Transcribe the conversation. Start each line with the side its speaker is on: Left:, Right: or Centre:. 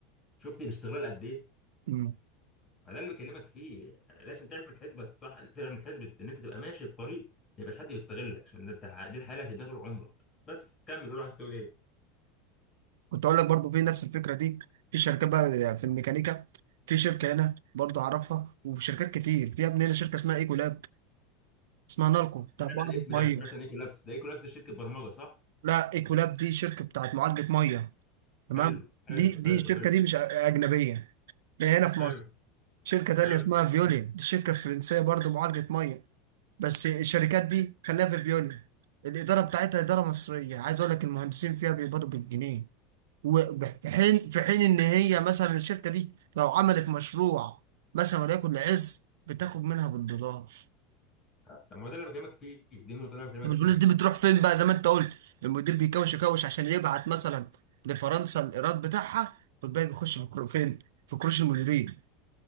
Left: شفت الاستغلال قد ايه
Right: أمم.
Left: فده اللي بكلمك فيه آه، لازم تعمل حسبه صح تعمل حسبه ان انت تبقى ماشي في طريق ما يبقاش حد بيستغلك عشان انت ه- دي الحياه اللي هتبقى طول عمرك بس كمل قول عايز تقول ايه
Right: كنت أقول لك برضو في نفس الفكرة دي في شركات بقى في الميكانيكا في شركة هنا برضو أعرفها وفي شركات كتير في يا ابني هنا شركة اسمها إيكولاب اسمها نالكو بتاعت
Left: سمعت
Right: معالجة
Left: عن الاسم
Right: مية
Left: ده سمعت عن ايكو لابس ده ايكو لابس دي شركه برمجه صح
Right: لا ايكولاب دي شركة بتاعت معالجة مية تمام
Left: حلو حلو
Right: دي دي
Left: حلو
Right: الشركة
Left: حلو
Right: دي مش أ- أجنبية دي هنا في
Left: حلو
Right: مصر شركة تانية
Left: حلو
Right: اسمها فيوليا دي شركة فرنسية برضو معالجة مية بس الشركات دي خليها في فيوليا الإدارة بتاعتها إدارة مصرية عايز أقول لك المهندسين فيها بيقبضوا بالجنيه وفي حين في حين إن هي مثلا الشركة دي لو عملت مشروع مثلا وليكن لعز بتاخد منها بالدولار
Left: طب ما هو ده اللي بكلمك فيه دي النقطة اللي أنا بكلمك
Right: طب
Left: فيها
Right: الفلوس دي بتروح فين بقى زي ما انت قلت المدير بيكوش يكوش عشان يبعت مثلا لفرنسا الايراد بتاعها والباقي بيخش في كرو- فين في كروش المديرين